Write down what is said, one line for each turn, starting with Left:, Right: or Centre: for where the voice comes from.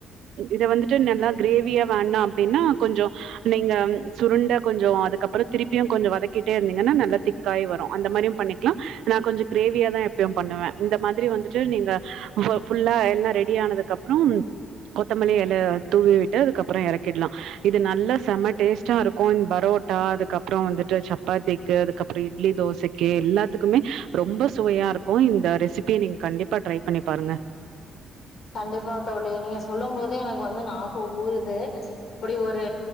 Right: இத வந்து ட்டு நல்லா கிரேவியா வேணா அப்டின்னா கொஞ்ச நீங்க சுருண்ட கொஞ்ச அதுக்கப்பறோ திருப்பியு கொஞ்ச வதக்கிட்டே இருந்தீங்கினா நல்லா திக் காயி வரு அந்த மாரியு பண்ணிக்கலா நா கொஞ்ச கிரேவியாதா எப்பயு பண்ணுவே இந்த மாதிரி வந்துட்டு நீங்க ஃபுல்லா எல்லா ரெடி ஆனதுக்கு அப்றோ கொத்தமல்லி எல தூவி விட்டு அதுக்கப்றோ எறக்கிடலா இது நல்லா செம டேஸ்ட்டா இருக்கு அன் பரோட்டா அதுக்கப்றோ வந்துட்டு சப்பாத்தி க்கு அதுக்கப்றோ இட்லி தோசைக்கு எல்லாத்துக்குமே ரொம்ப சுவையா இருக்கு இந்த ரெசி பிய நீங்க கண்டிப்பா ஃட்ரை பண்ணி பாருங்க
Left: கண்டிப்பா தோழி நீங்க சொல்லும் போதே எனக்கு வந்து நாக்கு ஊரு து இப்டி ஒரு